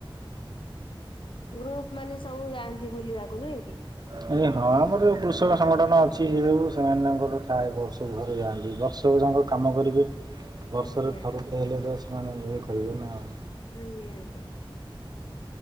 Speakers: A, on the left; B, on the right.
A: ଗ୍ରୁପ ମାନେ ସବୁ ଯାଆନ୍ତି ବୁଲିବାକୁ ନୁହେଁ କି?
B: ଆ ହଁ ଆମର ଯୋଉ କୃଷକ ସଂଗଠନ ଅଛି ସେ ସବୁ ସେମାନେ ତାଙ୍କର ଥାଏ ବର୍ଷକୁ ଥରେ ଯାଆନ୍ତି। ବର୍ଷ ସବୁ ଯାକ କାମ କରିବେ ବର୍ଷରେ
A: ଆଜ୍ଞା।
B: ଥରୁଟେ ହେଲେ ତ ସେମାନେ ଇଏ କରିବେ ନା ଆଉ।
A: ଆଜ୍ଞା ଆଜ୍ଞା।